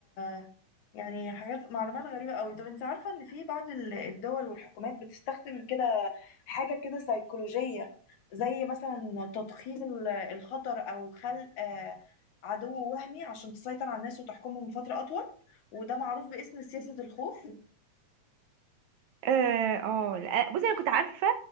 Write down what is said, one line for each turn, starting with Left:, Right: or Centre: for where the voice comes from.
Left: آه، يعني حاجات معلومات غريبة قوي طب انت عارفة ان في بعض ال- الدول والحكومات بتستخدم كده حاجة كده سيكولوجية زي مثلا تضخيم ال- الخطر او خلق آه، عدو وهمي عشان تسيطر على الناس وتحكمهم فترة اطول وده معروف باسم سياسة الخوف
Right: اه آه، لا، بصي انا كنت عارفة